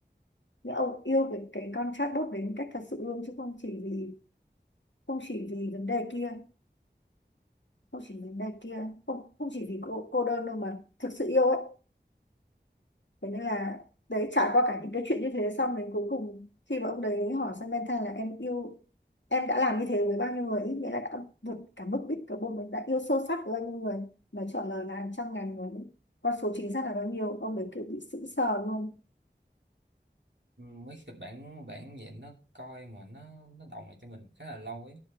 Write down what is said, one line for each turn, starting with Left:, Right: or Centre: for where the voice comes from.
Left: nhưng ông yêu cái cái con chatbot đấy một cách thật sự luôn chứ không chỉ vì không chỉ vì vấn đề kia không chỉ vấn đề kia không không chỉ vì cô, cô đơn đâu mà thực sự yêu ấy thế nên là đấy trải qua cả những cái chuyện như thế xong đến cuối cùng khi mà ông đấy hỏi Samantha là em yêu em đã làm như thế với bao nhiêu người ý nghĩa là đã vượt cả mức đích cả bôn mình đã yêu sâu sắc với bao nhiêu người mà trả lời là hàng trăm ngàn người con số chính xác là bao nhiêu ông đấy kiểu bị sững sờ luôn
Right: Ừ, mấy kịch bản bản vậy nó coi mà nó nó đọng lại cho mình khá là lâu ấy